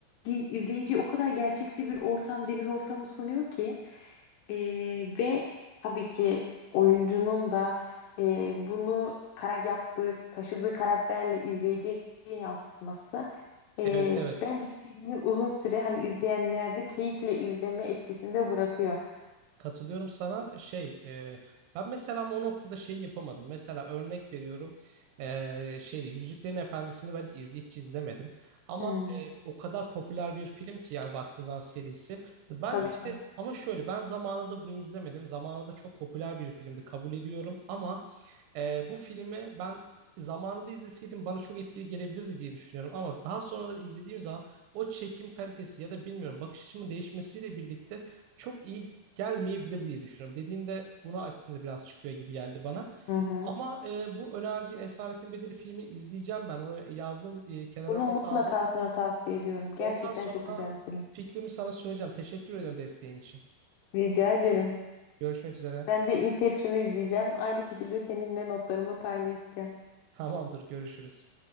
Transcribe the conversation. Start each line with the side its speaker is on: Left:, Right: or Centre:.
Left: izleyiciye o kadar gerçekçi bir ortam, deniz ortamı sunuyor ki Ee, ve tabii ki oyuncunun da ee, bunu kara yaptığı, taşıdığı karakterle izleyiciye yansıtması. Ee,
Right: evet evet
Left: bence filmi uzun süre hani izleyenlerde keyifle izleme etkisinde bırakıyor.
Right: katılıyorum sana şey e, ben mesela ama o noktada şey yapamadım mesela örnek veriyorum e, şeyde Yüzüklerin Efendisi'ni ben hiç, izle- hiç izlemedim ama
Left: Hmm,
Right: e, o kadar popüler bir film ki yani baktığın zaman serisi ben
Left: tabii
Right: işte
Left: ki.
Right: ama şöyle ben zamanında bunu izlemedim zamanında çok popüler bir filmdi kabul ediyorum ama Ee, bu filmi ben zamanında izleseydim bana çok etkili gelebilirdi diye düşünüyorum. Ama daha sonradan izlediğim zaman o çekim kalitesi ya da bilmiyorum bakış açımın değişmesiyle birlikte çok iyi gelmeyebilir diye düşünüyorum. Dediğinde buna aslında biraz çıkıyor gibi geldi bana.
Left: Hı hı.
Right: Ama e, bu önerdiğin Esaretin Bedeli filmi izleyeceğim ben. Onu yazdım, e, kenara
Left: Bunu mutlaka
Right: not aldım.
Left: sana tavsiye ediyorum. Gerçekten
Right: Ondan sonra
Left: çok güzel bir film.
Right: fikrimi sana söyleyeceğim. Teşekkür ederim desteğin için.
Left: Rica ederim.
Right: Görüşmek üzere.
Left: Ben de Inception'ı izleyeceğim. Aynı şekilde seninle notlarımı paylaşacağım.
Right: Tamamdır, görüşürüz.